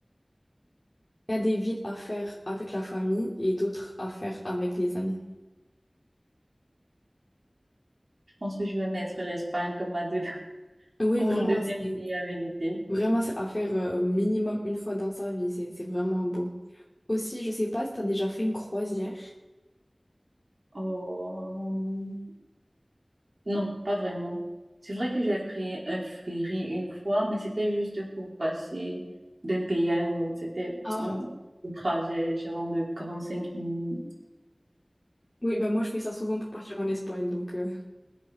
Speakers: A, on the left; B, on the right.
A: Il y a des villes à faire avec la famille et d'autres à faire avec les amis.
B: Je pense que je vais mettre l'Espagne comme ma deux, <laughs>
A: Oui,
B: comme
A: vraiment,
B: mon deuxième
A: c'est
B: pays à visiter.
A: vraiment c'est à faire euh, minimum une fois dans sa vie. C'est c'est vraiment beau. Aussi, je sais pas si tu as déjà fait une croisière.
B: Oh. Non, pas vraiment. C'est vrai que j'ai pris un ferry une fois, mais c'était juste pour passer d'un pays à un autre. C'était
A: Ah,
B: un un trajet genre de quarante-cinq minutes.
A: oui, ben moi je fais ça souvent pour partir en Espagne. Donc, euh.